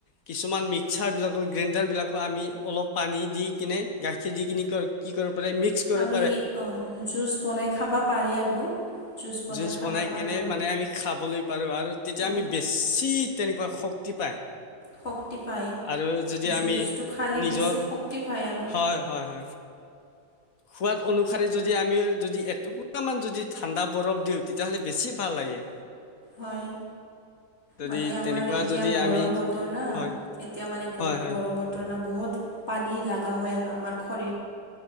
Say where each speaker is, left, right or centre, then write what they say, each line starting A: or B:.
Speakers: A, on the left (about 55°); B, on the left (about 35°).
A: কিছুমান মিক্সাৰ বিলাক বা গ্ৰাইণ্ডাৰ বিলাকো আমি অলপ পানী দি কিনে গাখীৰ দি সেইখিনি কি কৰিব লাগে? মিক্স কৰক
B: মি, অ', জুছ বনাই খাব পাৰি আৰু জুচ
A: জুছ
B: খাব
A: বনাই
B: পাৰোঁ
A: কেনে মানে, আমি খাবলৈ পাৰোঁ আৰু তেতিয়া
B: অঁ
A: আমি বেছি তেনেকুৱা শক্তি পাই
B: শক্তি পায়
A: আৰু যদি
B: জুচটো
A: আমি
B: খালে
A: নিজেৰ,
B: বেছি শক্তি পায় আৰু
A: হয়, হয়, হয়। <inaudible> সোৱাদ অনুসৰি যদি আমি, যদি এটুকুৰামান, যদি ঠাণ্ডা বৰফ দিওঁ, তেতিয়াহ'লে বেছি ভাল লাগে।
B: হয়।
A: যদি
B: মানে আমাৰ
A: তেনেকুৱা
B: এতিয়া
A: যদি
B: গৰম
A: আমি
B: বতৰ, না,
A: হয়
B: এতিয়া মানে গ-গৰম
A: হয় হয়
B: বতৰ না, বহুত পানী লাগা হয় আৰু আমাৰ শৰীৰ